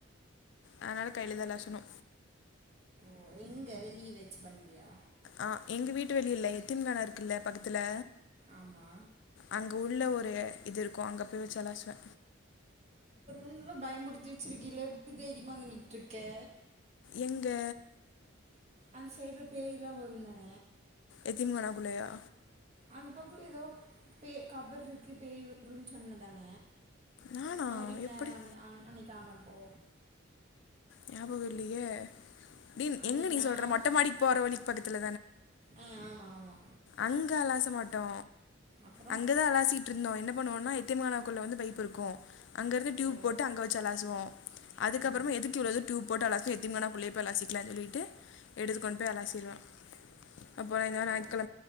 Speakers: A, on the left; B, on the right.
A: அதனால கையிலதா அலாசனு.
B: ஓ எங்க வெளிய வச்சு பண்ணுவியா?
A: ஆ எங்க வீட்டு வெளிய இல்ல எத்திம்கானா இருக்குல்ல பக்கத்துல?
B: ஆமா
A: அங்க உள்ள ஒரு இது இருக்கு அங்க போய் வச்சு அலாசுவே.
B: ன்லா பயம்புடுத்தி வச்சிருக்கயில எப்டி தைரியமா அங்க நின்ட்ருக்கே?
A: எங்க?
B: அந்த சைடுல பேய் எல்லா வருந்தான?
A: எத்திம்கானாக்குள்ளயா?
B: அந்தப் பக்கோ எதோ பே கபர் இருக்கு பேய் வருன்னு சொன்னதான?
A: நானா
B: மஹரிம்
A: எப்படி
B: நேரோ அன்ன அன் அன்னைக்கி ஆன ஓ
A: ஞாபகோ இல்லயே டீ
B: அன்னைக்கு
A: எங்க நீ
B: நான்
A: சொல்ற? மொட்டமாடிக் போற வழிக் பக்கத்துல
B: ஆ ஆமா ஆமா.
A: அங்க அலாச மாட்டோ.
B: அப்புறம்
A: அங்கதா அலாசிட்டு இருந்தோ என்ன பண்ணுவோன்னா எத் திம்கானாக்குள்ள வந்து பைப்பு இருக்கு அங்க இருந்து டியூப்
B: ஓ
A: போட்டு அங்க வச்சு அலாசுவோ. அதுக்கப்புறமா
B: ஆ
A: எதுக்கு இ்வ்ளோ தூரோ டியூப் போட்டு அலாசனுன்னு எத்திம்கானாக்குள்ளயே போய் அலாசிக்கலான்னு சொல்லிட்டு எடுத்து கொண்டு போய் அலாசிருவே. அப்பற இந்த வார ஞாயத்
B: ஓ